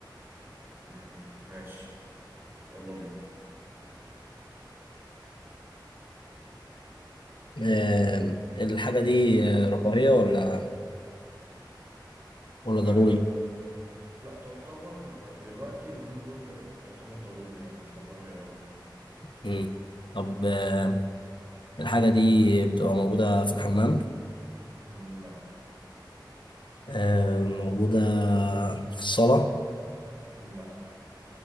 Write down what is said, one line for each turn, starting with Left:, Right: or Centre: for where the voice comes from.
Right: مم. ماشي يلا بينا
Left: آه، الحاجة دي آه، رفاهية ولا ولا
Right: آه
Left: ضروري؟
Right: لا تعتبر دلوقتي اليومين دول بقت تعتبر ضروري يعني مش رفاهية أوي
Left: مم. طب آه، الحاجة دي بتبقى موجودة في الحمام؟
Right: مم، لا
Left: آه، موجودة في الصالة
Right: مم، لا